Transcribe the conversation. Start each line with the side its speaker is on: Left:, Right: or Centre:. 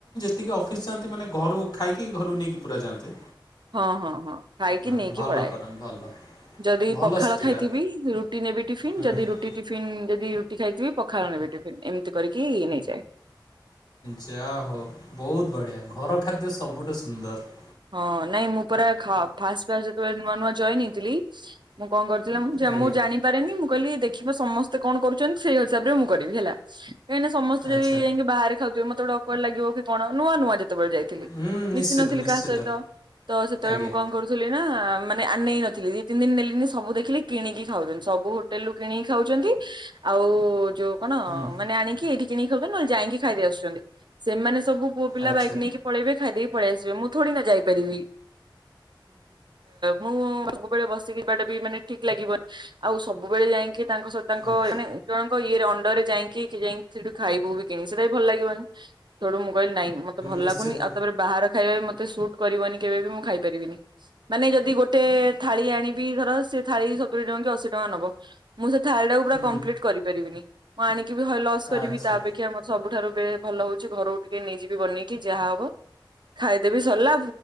Left: ଟିକେ ଅଫିସ୍ ଯାଆନ୍ତି ମାନେ ଘରୁ ଖାଇକି ଘରୁ ନେଇକି ପୁରା ଯାଆନ୍ତି।
Right: ହଁ ହଁ ହଁ ଖାଇକି,
Left: ହଁ
Right: ନେଇକି
Left: ଭଲ
Right: ପଳାଏ।
Left: କରନ୍ତୁ ଭଲ।
Right: ଯଦି
Left: ଭଲ
Right: ପଖାଳ
Left: ସେଇଟା
Right: ଖାଇଥିବି ରୁଟି ନେବି ଟିଫିନ୍।
Left: ହୁଁ
Right: ଯଦି ରୁଟି ଟିଫିନ୍, ଯଦି ରୁଟି ଖାଇଥିବି ପଖାଳ ନେବି ଟିଫିନ୍ ଏମିତି କରିକି ନେଇଯାଏ।
Left: ଯାହା ହଉ ବହୁତ ବଢିଆ ଘର ଖାଦ୍ୟ ସବୁଠୁ ସୁନ୍ଦର।
Right: ହଁ, ନାଇଁ ମୁଁ ପୁରା ଫାଷ୍ଟ ଫାଷ୍ଟ ଯେତେବେଳେ ନୂଆ ନୂଆ ଜଏନ୍ ହେଇଥିଲି ମୁଁ କଣ କରିଥିଲିନା ମୁଁ
Left: ଆଜ୍ଞା
Right: ମୁଁ ଜାଣିନି ମୁଁ କରେ ନି ମୁଁ କହିଲି ଦେଖିବା ସମସ୍ତେ କଣ କରୁଛନ୍ତି ସେଇ ହିସାବରେ ମୁଁ କରିବି ହେଲା। କାଇଁକି ନା ସମସ୍ତେ
Left: ଆଚ୍ଛା
Right: ଯଦି ଯାଇକି ବାହରେ ଖାଉଥିବେ ମତେ ଗୋଟେ ଅକ୍ୱାଡ ଲାଗିବ କି କଣ ନୂଆ ନୂଆ ଯେତେବେଳେ ଯାଇ ଥିଲି,
Left: ହୁଁ ନିଶ୍ଚିତ
Right: ମିଶି ନଥିଲି
Left: ନିଶ୍ଚିତ
Right: କାହା ସହିତ ତ ସେତେବେଳେ
Left: ଆଜ୍ଞା
Right: ମୁଁ କଣ କରୁଛି ଥିଲି ନା, ମାନେ ନେଇ ନଥିଲି ଦି ତିନି ଦିନ ନେଲିି ସବୁ ଦେଖିଲି କିଣିକି ଖାଉଛନ୍ତି ସବୁ ହୋଟେଲରୁ କିଣିକି ଖାଉଛନ୍ତି ଆଉ ଯୋଉ କଣ
Left: ହୁଁ
Right: ମାନେ ଆଣିକି ଏଇଠି କିନିକି ଖାଉଛନ୍ତି ନହଲେ ଯାଇକି ଖାଇଦେଇ ଆସୁଛନ୍ତି ସେମାନେ ସବୁ ପୁଅ ପିଲା
Left: ଆଚ୍ଛା
Right: ବାଇକ ନେଇକି ପଳେଇବେ ଖାଇଦେଇକି ପଳେଇ ଆସିବେ, ମୁଁ ଥୋଡ଼ିନା ଯାଇପାରିବି ମୁଁ ସବୁବେଳେ ବସିକି ଯିବାଟା ବି ମାନେ ଠିକ ଲାଗିବନି ଆଉ ସବୁବେଳେ ଯାଇକି ତାଙ୍କ ସହ ତାଙ୍କ
Left: ଆଚ୍ଛା
Right: ମାନେ ଜଣଙ୍କର ଇଏରେ ଅଣ୍ଡରେ ଯାଇକି ଯାଇ ସେଠୁ ଖାଇବୁ ବି କିଣି ସେଇଟା ବି ଭଲ ଲାଗିବନି ସେଠୁ ମୁଁ କାଇଲି ନାଇଁ ମତେ ଭଲ
Left: ନିଶ୍ଚିତ
Right: ଲାଗୁନି ଆଉ ତାପରେ ବାହାର ଖାଇବା ମତେ ସୁଟ୍ କରିବନି କେବେ ବି ମୁଁ ଖାଇପାରିବିନି, ମାନେ ଯଦି ଗୋଟେ ଗୋଟେ ଥାଳି ଆଣିବି ଧର ସେ ଥାଳି ସତୁରି ଟଙ୍କା କି ଅଶୀ ଟଙ୍କା ନବ। ମୁଁ ସେ ଥାଳି ଟାକୁ ପୁରା
Left: ହୁଁ
Right: କମ୍ପ୍ଲିଟ୍ କରିପାରିବିନି ମୁଁ ଆଣିକି ଲସ୍ କରିବି
Left: ଆଚ୍ଛା
Right: ତା ଅପେକ୍ଷା ସବୁଠାରୁ ବେ ଭଲ ହଉଛି ଘରୁ ଟିକେ ନେଇଯିବି ବନେଇକି ଯାହା ହବ ଖାଇଦେବି ସରିଲା।